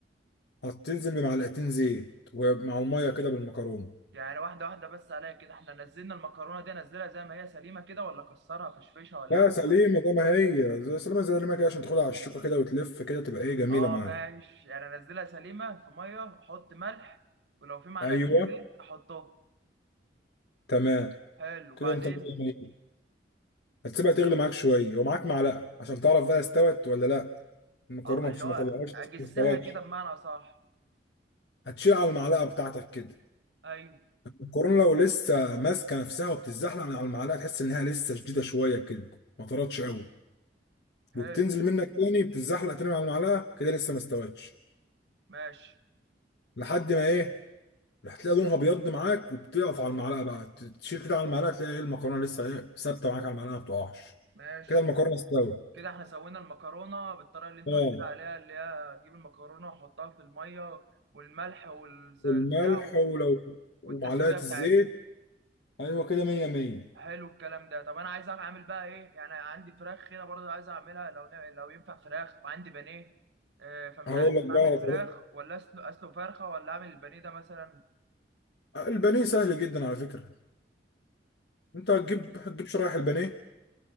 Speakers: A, on the left; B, on the right.
A: هتنزل بمعلقتين زيت ومع الميه كده بالمكرونه
B: يعني واحدة واحدة بس عليا كده احنا نزلنا المكرونة دي انزلها زي ما هي سليمة كده ولا اكسرها فشفشها ولا
A: لا
B: اعمل
A: سليمه
B: معاها
A: زي ما هي زي سليمه زي ما كده عشان تاخدها على الشوكه كده وتلف كده تبقى ايه جميله
B: اه
A: معاك
B: ماشي يعني انزلها سليمة في مية احط ملح ولو في معلقتين
A: ايوه
B: زيت احطهم
A: تمام
B: حلو وبعدين
A: كده انت مية مية هتسيبها تغلي معاك شويه ومعاك معلقه عشان تعرف بقى استوت ولا لا المكرونه
B: اه
A: مش
B: اللي هو
A: ما طلعهاش
B: اجسها
A: لسه ما استوتش
B: كده بمعنى صح
A: هتشيل على المعلقه بتاعتك كده
B: ايوه
A: المكرونه لو لسه ماسكه نفسها وبتتزحلق من على المعلقه تحس انها لسه شديده شويه كده ما طرتش قوي
B: حلو
A: وبتنزل منك تاني بتتزحلق تاني على المعلقه كده لسه ما استوتش
B: ماشي
A: لحد ما ايه هتلاقي لونها ابيض معاك وبتقف على المعلقه بقى ت- تشيل كده على المعلقه تلاقي ايه المكرونه لسه ايه ثابته معاك على المعلقه ما بتقعش
B: ماشي
A: كده المكرونه استوت
B: كده احنا سوينا المكرونة بالطريقة اللي انت
A: اه
B: قلت لي عليها اللي هي اجيب المكرونة واحطها في المية والملح والبتاع
A: والملح ولو ومعلقه
B: والتسوية
A: الزيت
B: بتاعتها
A: ايوه كده مية مية
B: حلو الكلام ده طب انا عايز اعمل بقى ايه يعني عندي فراخ هنا برضه عايز اعملها لو نا- لو ينفع فراخ وعندي بانيه آه، فمش
A: هقول
B: عارف
A: لك
B: اعمل
A: بقى على طريقه
B: فراخ ولا اسلق اسلق فرخه ولا اعمل البانيه ده مثلا
A: آه، البانيه سهل جدا على فكره انت هتجيب هتجيب شرايح البانيه